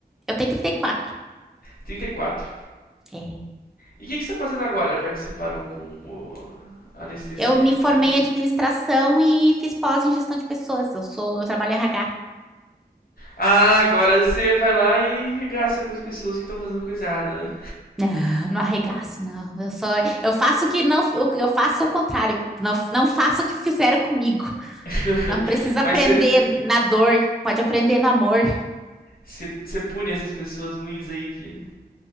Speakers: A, in the centre; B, on the left (about 60°).
A: eu tenho 34.
B: Trinta E quatro.
A: É.
B: E o que, que você tá fazendo agora, já que você parou com o... a anestesia?
A: Eu me formei
B: Me
A: em administração e fiz pós em gestão de pessoas. Eu sou, eu trabalho em RH.
B: Ah, agora você vai lá e regaça com as pessoas que estão fazendo coisa errada, né?
A: Não, não arregaço, não. Eu sou, eu faço o que não, eu, eu faço o contrário. Não, não faço o que fizeram comigo.
B: <laughs>
A: Não precisa aprender
B: Mas você,
A: na dor, pode aprender no amor.
B: você, você pune essas pessoas ruins aí que.